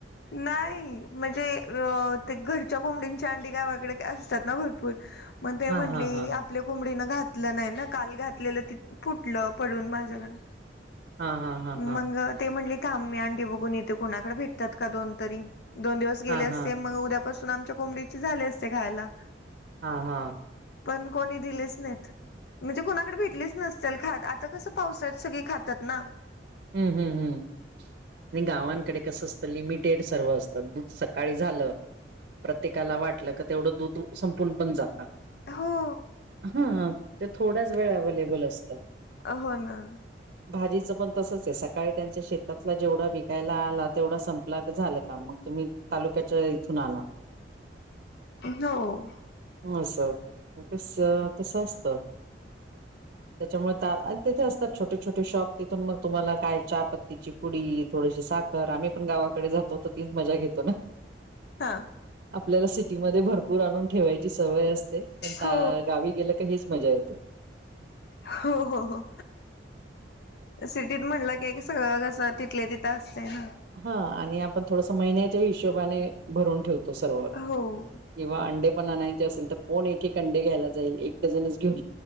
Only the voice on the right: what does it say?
हां,
हां, हां.
हां, हां, हां, हां.
हां,
हां.
हां हां.
हम्म हम्म हम्. नाही गावांकडे कसं असतं. लिमिटेड सर्व असत. दूध सकाळी झालं. प्रत्येकाला वाटलं क तेवढं दूध संपून पण जाता
हा. ते थोड्याच वेळ अवलेबल असतात.
भाजीच पण तसच आहे. सकाळी त्यांच्या शेतातला जेवढा विकायला आला तेवढा संपला क झालं का मग. तुम्ही तालुक्याच्या इथून आणा.
असं. कस तस असतं. त्याच्यामुळे तिथे असतात. छोटे छोटे शॉप तिथून मग तुम्हाला काय हा चहा पत्तीची पुडी, थोडीशी साखर आम्ही पण गावाकडे जातो तर तीच मजा घेतो ना.
आपल्याला सिटीमध्ये भरपूर आणून ठेवायची सवय असते. पण
गावी गला काहीच मजा येते.
हा आणि आपण थोडस महिन्याच्या हिशोबाने भरून ठेवतो सर्व.
किंवा अंडे पण आणायचे असेल तर कोण एक एक अंडे घ्यायला जाईल एक डझनच घेऊन